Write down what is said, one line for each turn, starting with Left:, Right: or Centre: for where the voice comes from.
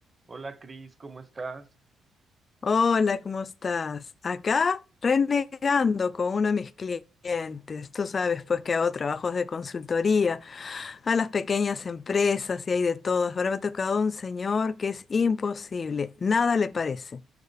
Right: Hola Cris, ¿cómo estás?
Left: Hola, ¿cómo estás? Acá renegando con uno de mis clientes. Tú sabes, pues que hago trabajos de consultoría a las pequeñas empresas y hay de todas. Ahora me ha tocado un señor que es imposible, nada le parece.